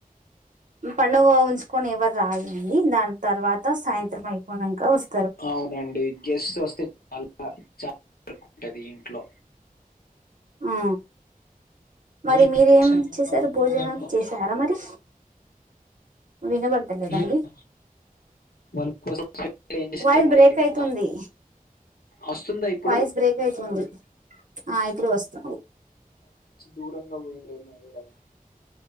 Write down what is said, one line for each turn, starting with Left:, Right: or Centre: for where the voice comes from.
Right: పండగో కొని ఎవర్ రారు కొని దాన్ తర్వాత సాయంత మైకో నంక వస్
Left: అవునండి గెస్ట్ వస్తే అల్ ఆ చాల వరకుంటది ఇంట్లో
Right: ఆ మరి
Left: ఈ
Right: మీరేం
Left: సంబంధం
Right: చేసరు
Left: వాళ్ళకు
Right: భోజనం
Left: ఇవ్వను.
Right: చేసారా మరి వినబడతలేదండి
Left: ఇయ్యను. వాళ్ళు కోసం ఏం చేస్తారు
Right: వాయిస్
Left: మరి
Right: బ్రేక్
Left: ఇవాళ
Right: అయితుంది
Left: వస్తుందా ఇప్పుడు
Right: వాయిస్ బ్రేక్ అయితుంది ఆ ఇప్పుడు వస్తుంది
Left: దూరంగా పోయి <unintelligible>